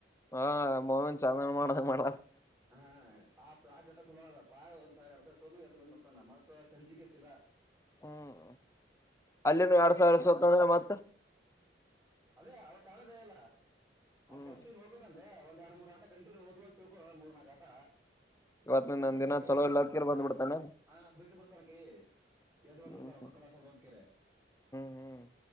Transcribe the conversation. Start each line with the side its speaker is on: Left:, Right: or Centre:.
Left: ಹಾ ಮೋಹನ್ ಚಂದ ಮಾಡ ಮಾಡ
Right: ಹಾ ಆ ಆ ಚಟ್ಟ ಚಲೋಪ್ಪಾ ಒಂದ್ ಸಾವಿರ ಎರಡ ಅದ್ ಬ್ ಬರ್ತಾನ ಮತ್ತತ್ ಚಂಜಿಗೆ ಸಿದಾ
Left: ಹ್ಮ್ ಅಲ್ಲಿನ
Right: ಈಗ
Left: ಎರಡ್ ಸಾವಿರದ
Right: ಗೊತ್ತಾ
Left: ಸ್ವತ್ತೊಂದ್ರ ಮತ್ತ
Right: ಅದೇ ಅವತ್ ಆಡೋದ ಎಲ್ಲ
Left: ಹ್ಮ್
Right: ಫಸ್ಟ್ ನೋಡ್ಕೋದಲ್ಲೇ ಒಂದ ಎರಡು ಮೂರು ಆಟ ಕಂಟಿನ್ಯ ಓದೂವಂತ ತೀಳಕೂ ಮೂರ್ನಾಲ್ಕು ಆಟ
Left: ಇವತ್
Right: ಬಿಟ್ಟು
Left: ನನ್
Right: ಬರ್ತಾನ
Left: ದಿನ
Right: ಕೈ
Left: ಚಲೋ ಇಲ್ಲ ಅಂತ್ಕೇರ್ ಬಂದ್
Right: ಹ
Left: ಬಿಡ್ತಾನ
Right: ಹ ಬಿಟ್ಟು ಬರ್ತಾನ ಕೈ ಎದ್ದ ಬಂದಿಡ್ತಾರೂಕ್ಕ
Left: ಹ್ಮ್ ಹ್ಮ್
Right: ಕಲಾ ಸದೋದಕರೆ
Left: ಹ್ಮ್ ಹ್ಮ್